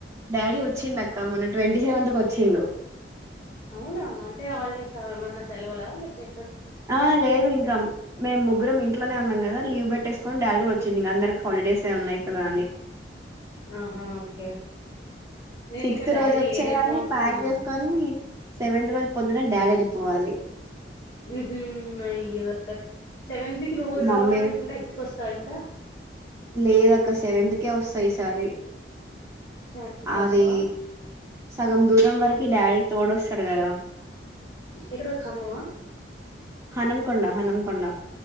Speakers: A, on the right; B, on the left.
A: డాడీ వచ్చిండ అక్క మొన్న ట్వంటీ సెవెంత్ కు వచ్చిండు
B: అవునా అంటే హాల్ డేస్ ఆ ఏమన్నా సెలవుల లేపో తే
A: ఆ లేదు ఇంకా మేము గ్రం ఇంట్లోనే ఉన్నాం కదా. లీవ్ పెట్టేసుకొని డాడ్ కూడా వచ్చిండు. ఇక అందరికి హాలిడేస్ ఉన్నాయి కదా అని.
B: ఆహా ఓకే నేను
A: సిక్స్త్
B: ఇంకా డాడీ
A: రోజు వచ్చేయాలి
B: లేరేమో అనుకున్నాను
A: ప్యాక్ చేసుకొని సెవెంత్ రోజు పొద్దునే డాడీ వెళ్ళిపోవాలి
B: ఉ హు అయ్య సెవెంత్కి నువ్వు కూడా
A: మమ్మీ
B: రావాల అనుకుంటే అయితుకి వస్త స ఇంకా
A: లేద అక్క సెవెంత్ కే వస్త ఈసారి
B: సెవెంత్ కి
A: అది
B: వస్తావా
A: సగం దూరం
B: హ్మ్
A: వరకి డాడీ తోడో చడగాదా
B: ఎక్కడ ఖమ్మమా
A: హన్మకొండ హన్మకొండ